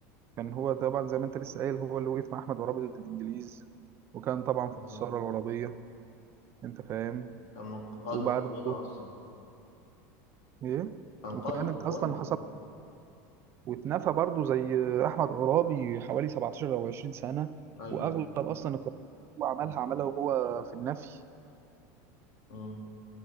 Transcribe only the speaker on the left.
بالظبط
كان من قائد
من قوانا أصلا
كان
قائد من
قوانا
أيوه
مم.